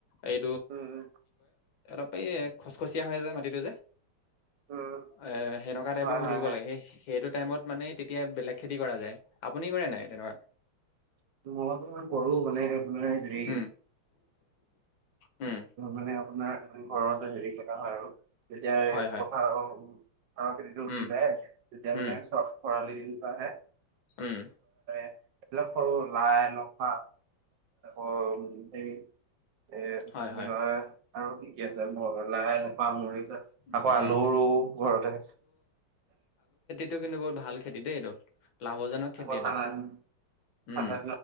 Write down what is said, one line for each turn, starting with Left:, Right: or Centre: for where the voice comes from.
Left: এই
Right: উম উম
Left: অলপ এই খচখচীয়া হৈ যায় মাটিটো যে
Right: উম
Left: এ সেনেকুৱা টাইপৰ
Right: হয়
Left: হৈ
Right: হয়
Left: থাকিব
Right: হয়
Left: লাগে সেই সেইটোত টাইমত মানে তেতিয়া বেলেগ খেতি কৰা যায় আপুনি কৰে নাই তেনেকুৱা?
Right: মইতো কৰঢ়ো মানে মানে হেৰি
Left: উম উম
Right: মানে আপোনাৰ ঘৰতে হেৰি কটা হয় আৰু তেতিয়াই
Left: হয় হয়
Right: পথাৰত আৰু খেতিটো উঠিলে
Left: উম
Right: তেতিয়া
Left: উম
Right: মানে খৰালি দিনটো আহে
Left: উম
Right: <unintelligible> এইবিলাক সৰু লাই নফা। অ' <unintelligible> এ
Left: হয়
Right: বুলি
Left: হয়
Right: কয় আৰু কি কি আছে ম লাই <unintelligible>
Left: উম,
Right: আকৌ আলু ৰোওঁ ঘৰতে।
Left: টো কিন্তু বৰ ভাল খেতি দেই এইটো লাভজনক খেতি
Right: আকৌ
Left: এটা
Right: ঠাণ্ডা ঠাণ্ডা
Left: উম